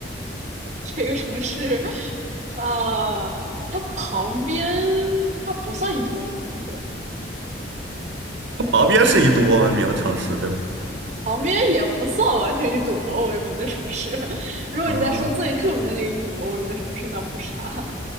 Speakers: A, on the right; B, on the right.
A: 这个城市，呃，它旁边它不算一博欧名，对，
B: 它旁边是以赌博闻名的城市，对吗？
A: 旁边也不算完全以赌博为名的城市。<laughs> 如果你在说最著名的那个以赌博闻名的城市，
B: 哦
A: 那不是它。